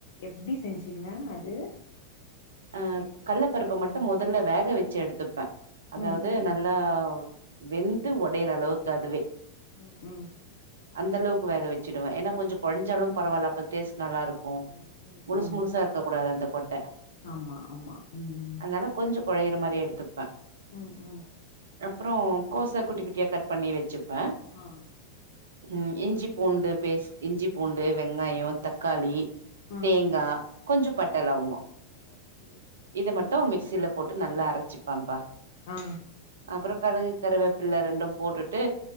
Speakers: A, on the left (about 55°); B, on the right (about 65°).
A: எப்டி செஞ்சிங்க அது
B: அ கல்ல பருப்ப மட்டு முதல்ல வேக வச்சி எடுத்துப்ப அதாவது
A: ம்
B: நல்லா
A: ஓகே.
B: வெந்து ஒடையிற அளவுக்கு அதுவே
A: ம் ம்.
B: அந்த அளவுக்கு வேக வச்சிடுவே ஏன்னா கொஞ்சொ கொலஞ்சாலு பரவில்ல அப்ப டேஸ்ட் நல்லா இருக்கு
A: ம், ம்,
B: முழுசு
A: ம்.
B: முழுசு இருக்க கூடாது அந்த கொட்ட
A: ஆமா ஆமா ம்
B: அதனால கொஞ்சொ கொழையிற மாரி எடுத்துப்பே
A: ம் ம்
B: அப்புரோ கோச குட்டி குட்டியா கட் பண்ணி வச்சுப்பே
A: ஆ
B: ம் இஞ்சி பூண்டு பேஸ் இஞ்சி பூண்டு
A: ஆ,
B: வெங்காயொ தக்காளி
A: ஆ.
B: தேங்கா கொஞ்ச பட்டலவங்கொ
A: ஓகே
B: இத மட்டு மிக்சில போட்டு நல்லா அரைச்சிப் பான்ப்பா
A: ஆ
B: அப்புறம் கடுகு கருவேப்பில்ல ரெண்டும் போட்டுட்டு